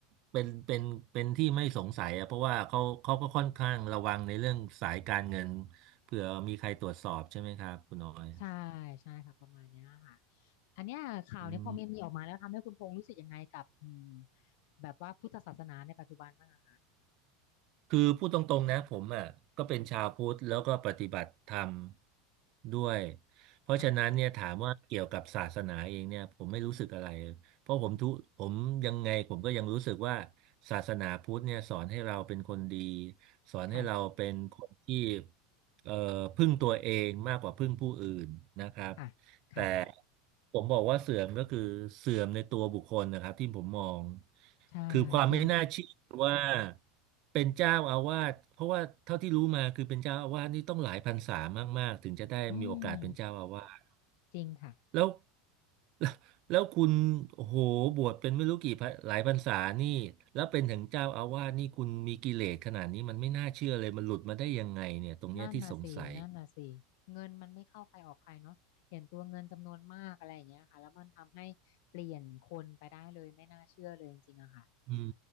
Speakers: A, on the right (about 55°); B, on the left (about 65°).
A: เป็นเป็นเป็นที่ไม่สงสัยอ่ะเพราะว่าเขาเขาก็ค่อนข้างระวังในเรื่องสายการเงินเผื่อมีใครตรวจสอบใช่ไหมครับคุณน้อย
B: ใช่ใช่ค่ะประมาณเนี้ยค่ะอันเนี้ยข่าวเนี้ยพอมันมีออกมาแล้วทำให้คุณพงษ์รู้สึกยังไงกับอืม
A: อืม
B: แบบว่าพุทธศาสนาในปัจจุบันบ้างอะค่ะ
A: คือพูดตรงๆนะผมอ่ะก็เป็นชาวพุทธแล้วก็ปฏิบัติธรรมด้วยเพราะฉะนั้นเนี่ยถามว่าเกี่ยวกับศาสนาเองเนี่ยผมไม่รู้สึกอะไร
B: ค่ะ
A: เพราะผมทุผมยังไงผมก็ยังรู้สึกว่าศาสนาพุทธเนี่ยสอนให้เราเป็นคนดีสอนให้เราเป็นคนที่
B: ค่ะ
A: เอ่อพึ่งตัวเองมากกว่าพึ่งผู้อื่นนะครับ
B: ค่ะค่ะ
A: แต่ผมบอกว่าเสื่อมก็คือเสื่อมในตัวบุคคลนะครับที่ผมมอง
B: ใช่จริงค่ะ
A: คือความไม่น่าเชื่อว่าเป็นเจ้าอาวาสเพราะว่าเท่าที่รู้มาคือเป็นเจ้าอาวาสนี่ต้องหลายพรรษามากๆถึงจะได้มีโอกาสเป็นเจ้าอาวาส
B: อืมจริงค่ะ
A: แล้ว <laughs> แล้วแล้วคุณโอ้โหบวชเป็นไม่รู้กี่พรรหลายพรรษานี่แล้วเป็นถึงเจ้าอาวาสนี่คุณมีกิเลสขนาดนี้มันไม่น่าเชื่อเลยมันหลุดมาได้ยังไงเนี่ยตรงเนี้ยที่สงสัย
B: นั่นน่ะสินั่นน่ะสิเงินมันไม่เข้าใครออกใครเนาะเห็นตัวเงินจำนวนมากอะไรอย่างเงี้ยค่ะแล้วมันทำให้เปลี่ยนคนไปได้เลยไม่น่าเชื่อเลยจริงๆอะค่ะ
A: อืม